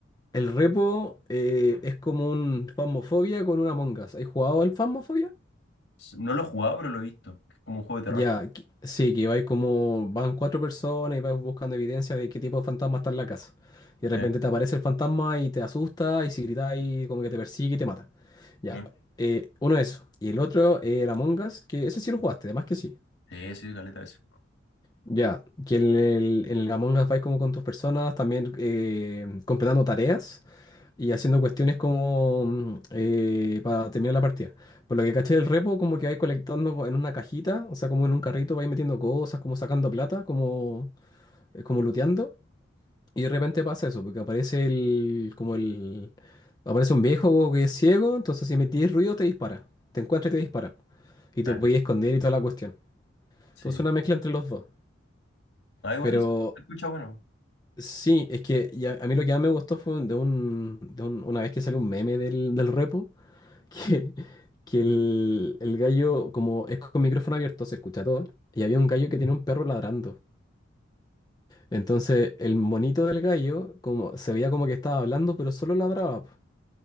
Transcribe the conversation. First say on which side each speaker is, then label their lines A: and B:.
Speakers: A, on the left; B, on the left.
A: el Repo eh, es como un Phasmophobia con un Among Us. ¿Has jugado el Phasmophobia?
B: No lo he jugado, pero lo he visto. Es como un juego de terror.
A: Ya, que- sí, que vais como, van cuatro personas y vais buscando evidencia de qué tipo de fantasma está en la casa. Y de
B: sí
A: repente te aparece el fantasma y te asusta y si gritáis como que te persigue y te mata. Ya,
B: Sí.
A: eh, uno eso. Y el otro, eh, el Among Us, que ese sí lo jugaste, además que sí.
B: Sí, sí, caleta eso.
A: Ya, que en el, en el Among Us vais como con tus personas, también eh, completando tareas y haciendo cuestiones como mm, eh, para terminar la partida. Por lo que caché del repo, como que vais colectando co- en una cajita, o sea, como en un carrito vais metiendo cosas, como sacando plata, como, eh, como looteando. Y de repente pasa eso, porque aparece el, como el, aparece un viejo que es ciego, entonces si metís ruido te dispara, te encuentra y te dispara.
B: Dale,
A: Y te voy a esconder y toda la cuestión.
B: sí.
A: Entonces una mezcla entre los dos.
B: Ah, igual
A: Pero
B: se escucha bueno.
A: sí, es que ya- a mí lo que más me gustó fue de un, de un- una vez que salió un meme del, del repo que, que el, el gallo, como es con micrófono abierto, se escucha todo, y había un gallo que tenía un perro ladrando. Entonces el monito del gallo como, se veía como que estaba hablando, pero solo ladraba. po.